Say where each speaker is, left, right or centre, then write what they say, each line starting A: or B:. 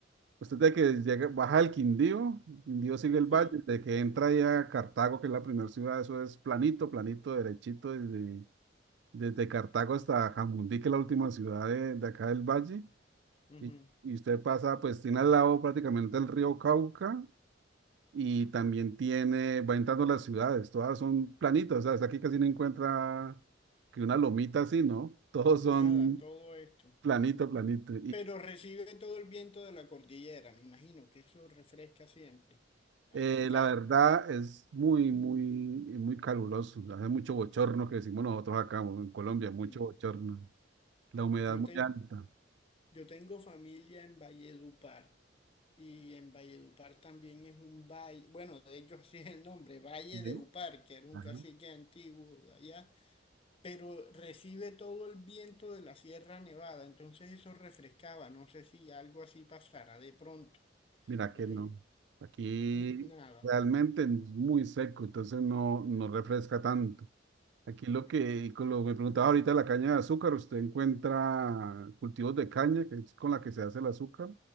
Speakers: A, on the right (about 65°); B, on the left (about 30°).
A: usted de que llega, baja el Quindío, Quindío sigue el
B: Sí,
A: valle, de que entra ya a Cartago, que es la primera ciudad, eso es planito, planito, derechito, desde, desde Cartago hasta Jamundí, que es la última ciudad de, de acá del valle.
B: ujú.
A: Y, y usted pasa, pues tiene al lado prácticamente el río Cauca y también tiene, va entrando las ciudades, todas son planitas, o sea, hasta aquí casi no encuentra que una lomita así, ¿no? Todos son
B: Nada, todo esto.
A: planito, planito.
B: Pero recibe todo el viento de la cordillera, me imagino que eso refresca siempre, allá
A: Eh,
B: en Cali.
A: la verdad es muy, muy, muy caluroso. Hace mucho bochorno que decimos nosotros acá en Colombia, mucho
B: Ujú.
A: bochorno. La humedad
B: Yo,
A: muy
B: ten-
A: alta.
B: yo tengo familia en Valledupar. Y en Valledupar también es un valle, bueno, de hecho <laughs> sí es el nombre, Valle
A: ¿Sí?
B: de Upar, que era un
A: Ajá.
B: cacique antiguo de allá, pero recibe todo el viento de la Sierra Nevada, entonces eso refrescaba, no sé si algo así pasara de pronto.
A: Mira que
B: eh,
A: no. Aquí
B: n- nada.
A: realmente es muy seco, entonces no, no refresca tanto. Aquí lo que,
B: Eh,
A: con lo que me preguntaba ahorita, la caña de azúcar, usted encuentra cultivos de caña, que es con la que se hace el azúcar,